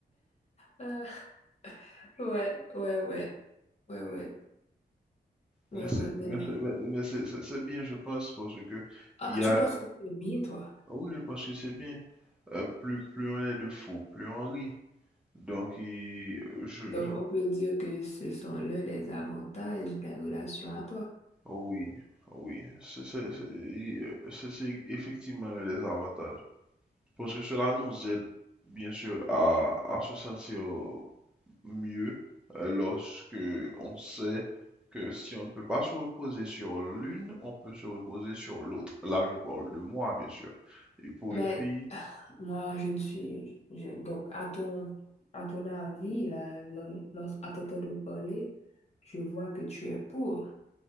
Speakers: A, on the left; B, in the centre.
A: ouais. <laughs> Ouais, ouais, ouais. Ouais, ouais. Ouais,
B: Mais c'est
A: ouais, mais...
B: mais c'est- mais- mais c'est- c'est- c'est bien, je pense, parce que
A: Ah,
B: il y
A: tu
B: a,
A: penses que c'est bien, toi?
B: ah oui, je pense que c'est bien. Euh, plus, plus on est de fous, plus on rit. Donc, il- je,
A: Donc,
B: je,
A: on peut dire que ce sont l'un des avantages de la relation à toi.
B: ah oui, ah oui, c'est c'est- c'est- il- euh, c'est- c'est effectivement le désavantage. Parce que cela nous aide, bien sûr, à, à se sentir mieux euh, lorsque on sait que si on ne peut pas se reposer sur l'une, on peut se reposer sur l'autre. Là, je parle de moi, bien sûr. Et pour
A: Mais
B: une fille,
A: <sighs> moi, je ne suis... je- Donc, à ton, à ton avis, là, lo- lo- à t'entendre parler, je vois que tu es pour.